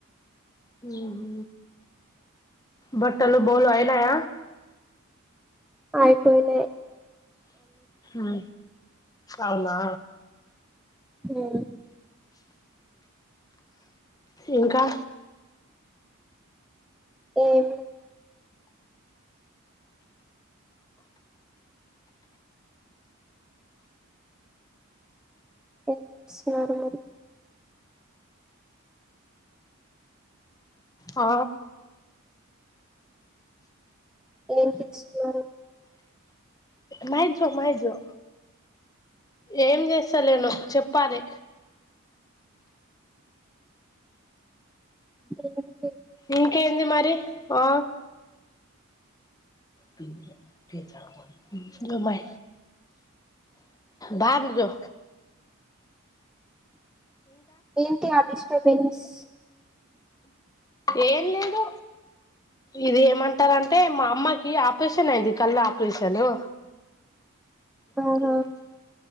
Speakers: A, on the left; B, in the centre.
A: ఉ హు బట్టలు బోల్లు అయినయ
B: అయిపోయినయ్
A: ఉ అవునా
B: హ్మ్
A: ఇంకా
B: ఉ హు ఎం స్నానాలు
A: ఆ
B: ఏం తెచ్చినారు
A: మయిజో మయిజో ఏం చేస్తాలేను చెప్పాలి
B: ఉ
A: ఇంకేంది మరి అ పింఛన్ మరి గమై బారిజో
B: ఏంటి అ డిస్టర్బెన్స్
A: ఏం లేదు ఇది ఏమంటారంటే మా అమ్మకి ఆపరేషన్ అయింది కళ్ళ ఆపరేషను
B: ఆహా.
A: అదె ఉంచు